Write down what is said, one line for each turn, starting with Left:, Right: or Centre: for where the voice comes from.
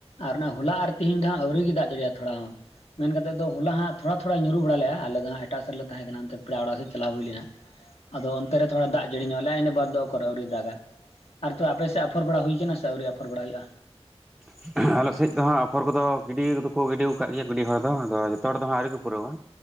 Left: ᱟᱨ ᱚᱱᱟ ᱦᱚᱞᱟ ᱟᱨ ᱛᱮᱦᱤᱧ ᱫᱚ ᱦᱟᱸᱜ ᱟᱹᱣᱨᱤ ᱜᱮ ᱫᱟᱜ ᱡᱟᱹᱲᱤᱭᱟᱭ ᱛᱷᱚᱲᱟ ᱦᱚᱸ ᱾ ᱢᱮᱱ ᱠᱟᱛᱮᱫ ᱫᱚ ᱦᱚᱞᱟ ᱦᱟᱸᱜ ᱛᱷᱚᱲᱟ ᱛᱷᱚᱲᱟ ᱧᱩᱨᱩ ᱵᱟᱲᱟ ᱞᱮᱜᱼᱟ, ᱟᱞᱮ ᱫᱚ ᱦᱟᱸᱜ ᱮᱴᱟᱜ ᱥᱮᱫ ᱨᱮᱞᱮ ᱛᱟᱦᱮᱸ ᱠᱟᱱᱟ, ᱚᱱᱛᱮ ᱯᱮᱲᱟ ᱚᱲᱟᱜ ᱥᱮᱫ ᱪᱟᱞᱟᱣ ᱦᱩᱭ ᱞᱮᱱᱟ ᱾ ᱟᱫᱚ ᱚᱱᱛᱮ ᱨᱮ ᱛᱷᱚᱲᱟ ᱫᱟᱜ ᱡᱟᱹᱲᱤ ᱧᱚᱜ ᱞᱮᱜᱼᱟ, ᱤᱱᱟᱹ ᱵᱟᱫ ᱫᱚ ᱚᱠᱚᱨ ᱟᱹᱣᱨᱤ ᱫᱟᱜᱽᱼᱟ, ᱟᱨ ᱛᱚ ᱟᱯᱮᱥᱮᱜ ᱟᱯᱷᱚᱨ ᱵᱟᱲᱟ ᱦᱩᱭ ᱠᱟᱱᱟ ᱥᱮ ᱟᱹᱣᱨᱤ ᱟᱯᱷᱚᱨ ᱵᱟᱲᱟ ᱦᱩᱭᱩᱜᱼᱟ?
Centre: <unintelligible> ᱟᱞᱮ ᱥᱮᱫ ᱫᱚ ᱦᱟᱸᱜ ᱟᱯᱷᱚᱨ ᱠᱚᱫᱚ ᱜᱤᱰᱤ ᱫᱚᱠᱚ ᱜᱤᱰᱤᱭᱟᱠᱟᱫ ᱜᱮᱭᱟ ᱜᱤᱰᱤ ᱦᱚᱲ ᱫᱚ ᱟᱫᱚ ᱡᱮᱛᱮ ᱦᱚᱲ ᱫᱚ ᱦᱟᱸᱜ ᱟᱹᱣᱨᱤ ᱠᱚ ᱯᱩᱨᱟᱹᱣᱟ᱾